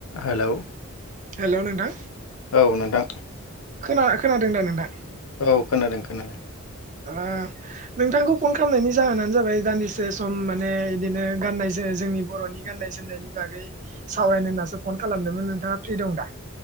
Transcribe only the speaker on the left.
hello
औ नोंथां।
औ खोनादों खोनादों।